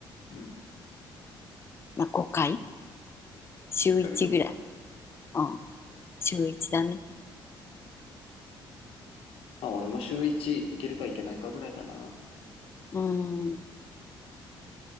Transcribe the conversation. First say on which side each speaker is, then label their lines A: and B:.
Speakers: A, on the left; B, on the left.
A: うん。1
B: まあ、5回週1ぐらい。
A: ヶ月5回。
B: うん、週1だね。
A: まあ、俺も週1行けるか行けないかぐらいだな。
B: うーん、